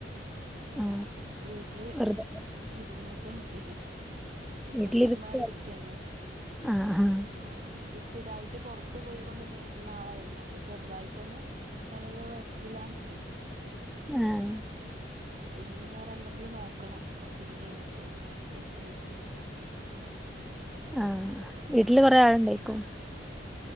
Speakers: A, in the centre; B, on the right (about 40°).
A: ആ.
B: വീട്ടില്
A: വെറുതെ
B: ഇരുന്ന് <unintelligible> ഇപ്പൊ
A: വീട്ടിലിരിക്ക
B: ചുമ്മായിരിക്കന്നെ
A: ആ ആ
B: ആഹ സ്ഥിരമായിട്ട് പുറത്തു പോയികൊണ്ട് ഇരുന്ന ആളായിരുന്നു അപ്പൊ ചെറുതായിട്ടൊന്ന് ഞാനൊരു റെസ്റ്റിലാണ്
A: ആഹ
B: ഇനി വേറെ എന്തെങ്കിലും നോക്കണം കുറച്ച കൂടി കഴിഞ്ഞിട്ട് സെറ്റ് ആയിട്ട്
A: ആഹ വീട്ടില് കൊറെേ ആൾ ഉണ്ടായിക്കും